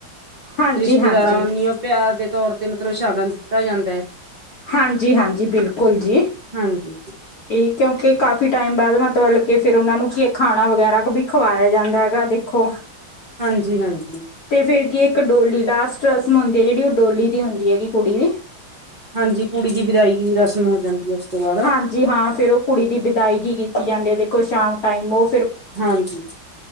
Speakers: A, on the left; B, on the right.
A: ਹਾਂਜੀ
B: ਰਿਸ਼ਤੇਦਾਰਾਂ
A: ਹਾਂਜੀ
B: ਉਹ ਪਿਆਰ ਦੇ ਤੌਰ ਤੇ ਮਤਲਬ ਸ਼ਗਨ ਦਿੱਤਾ ਜਾਂਦਾ ਹੈ।
A: ਹਾਂਜੀ-ਹਾਂਜੀ ਬਿਲਕੁਲ ਜੀ।
B: ਹਾਂਜੀ
A: ਇਹ ਕਿਉਂਕਿ ਕਾਫੀ ਟਾਈਮ ਬਾਅਦ ਮਤਲਬ ਕੇ ਫਿਰ ਉਹਨਾ ਨੂੰ ਕੀ ਖਾਣਾ ਵਗੈਰਾ ਵੀ ਖਵਾਇਆ ਜਾਂਦਾ ਐ ਗਾ। ਦੇਖੋ,
B: ਹਾਂਜੀ ਹਾਂਜੀ
A: ਤੇ ਫਿਰ ਕੀ ਇੱਕ ਡੋਲੀ ਡਾਸ ਰਸਮ ਹੁੰਦੀ ਹੈ, ਜਿਹੜੀ ਉਹ ਡੋਲੀ ਦੀ ਹੁੰਦੀ ਹੈਗੀ ਕੁੜੀ ਦੀ।
B: ਹਾਂਜੀ ਕੁੜੀ ਦੀ ਵਿਦਾਈ ਦੀ ਰਸਮ ਹੋ ਜਾਂਦੀ ਹੈ ਉਸ ਤੋਂ ਬਾਅਦ
A: ਹਾਂਜੀ, ਹਾਂ ਫੇਰ ਉਹ ਕੁੜੀ ਦੀ ਵਿਦਾਇਗੀ ਕੀਤੀ ਜਾਂਦੀ ਐ ਦੇਖੋ ਸ਼ਾਮ ਟਾਈਮ ਔ
B: ਹਾਂਜੀ,